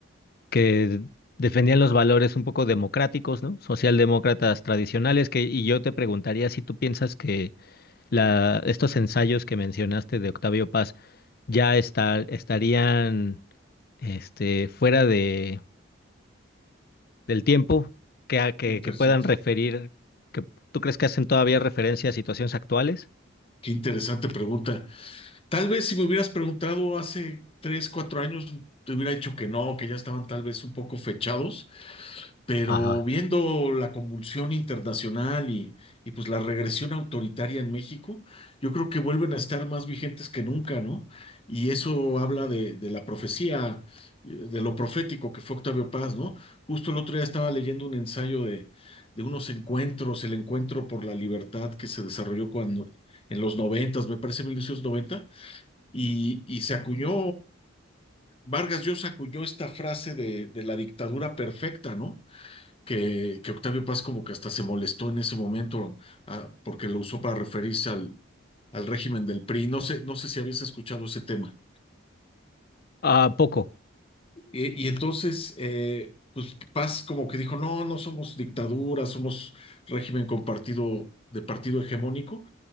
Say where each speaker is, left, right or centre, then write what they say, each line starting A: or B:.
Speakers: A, on the left; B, on the left.
A: que defendían los valores un poco democráticos, ¿no? Socialdemócratas tradicionales, que, y yo te preguntaría si tú piensas que la, estos ensayos que mencionaste de Octavio Paz ya está- estarían este, fuera de, del tiempo, que, a- que,
B: Interesante.
A: que puedan referir, que tú crees que hacen todavía
B: Sí.
A: referencia a situaciones actuales?
B: Qué interesante pregunta. Tal vez si me hubieras preguntado hace tres, cuatro años, te hubiera dicho que no, que ya estaban tal vez un poco fechados, Pero
A: Ajá.
B: viendo la convulsión internacional y, y, pues la regresión autoritaria en México, yo creo que vuelven a estar más vigentes que nunca, ¿no? Y eso habla de, de la profecía, eh, de lo profético que fue Octavio Paz, ¿no? Justo el otro día estaba leyendo un ensayo de, de unos encuentros, el encuentro por la libertad que se desarrolló cuando, en los noventas, me parece 1990 y, y se acuñó, Vargas Llosa acuñó esta frase de de la dictadura perfecta, ¿no? que, que Octavio Paz como que hasta se molestó en ese momento ah, porque lo usó para referirse al, al régimen del PRI. No sé, no sé si habías escuchado ese tema.
A: Ah, poco.
B: Y, y entonces, eh, pues Paz como que dijo, no, no somos dictadura, somos régimen compartido de partido hegemónico,